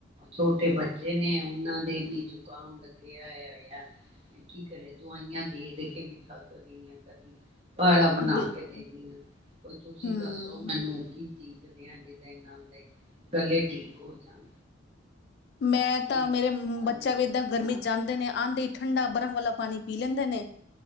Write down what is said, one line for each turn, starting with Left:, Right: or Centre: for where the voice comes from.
Right: ਛੋਟੇ ਬੱਚੇ ਜਿਹਨੇ ਉਹਨਾਂ ਦੇ ਵੀ ਜੁਕਾਮ ਲੱਗਿਆ ਆ ਕੀ ਕਰੇ ਦਵਾਈਆਂ ਦੇ ਦੇ ਕੇ ਵੀ ਥੱਕ ਗਈਆਂ ਕਦੀ ਕਾੜਾ ਬਣਾ
Left: ਬਿਲਕੁਲ
Right: ਕੇ ਦੇਨੀ ਆਂ ਕੋਈ ਤੁਸੀਂ
Left: ਹੂੰ
Right: ਦੱਸੋ ਮੈਨੂੰ ਕੀ ਚੀਜ਼ <unintelligible> ਨਾਲ ਦੇ ਗੱਲੇ ਠੀਕ ਹੋ ਜਾਣ।
Left: ਮੈਂ
Right: ਕੋਈ
Left: ਤਾਂ ਮੇਰੇ
Right: ਘਰੇਲੂ
Left: ਬੱਚਾ ਵੀ ਏਦਾਂ ਗਰਮੀ
Right: ਹਾਂ।
Left: ਜਾਂਦੇ ਨੇ ਆਉਂਦੇ ਹੀ ਠੰਡਾ ਬਰਫ਼ ਵਾਲਾ ਪਾਣੀ ਪੀ ਲੈਂਦੇ ਨੇ